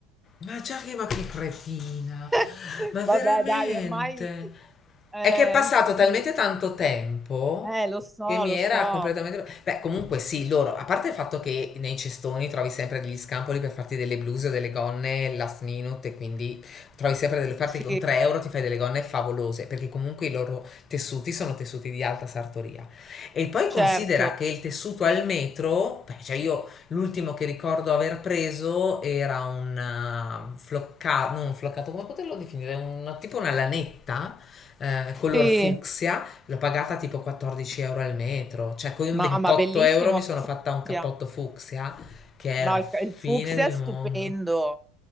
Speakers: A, on the left; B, in the centre.
A: Ma già che ma che cretina,
B: <laughs>
A: ma
B: Vabbè,
A: veramente.
B: dai, ormai eh,
A: È che è passato
B: sì,
A: talmente tanto tempo
B: eh, lo so,
A: che mi
B: lo
A: era
B: so.
A: completamente... Beh, comunque sì, loro, a parte il fatto che nei cestoni trovi sempre degli scampoli per farti delle bluse o delle gonne last minute e quindi trovi sempre delle parti
B: Sì,
A: con 3 euro ti fai delle gonne favolose perché comunque i loro tessuti sono tessuti di alta sartoria. E poi
B: certo.
A: considera che il tessuto al metro, beh, cioè io L'ultimo che ricordo aver preso era un floccato, non un floccato, come poterlo definire? Un, tipo una lanetta eh, color
B: Sì.
A: fucsia, l'ho pagata tipo 14 euro al metro, cioè con
B: No,
A: 28
B: ma bellissimo
A: euro mi
B: il
A: sono fatta un cappotto
B: fucsia.
A: fucsia che è
B: No,
A: la
B: il, il
A: fine
B: fucsia
A: del
B: è stupendo.
A: mondo.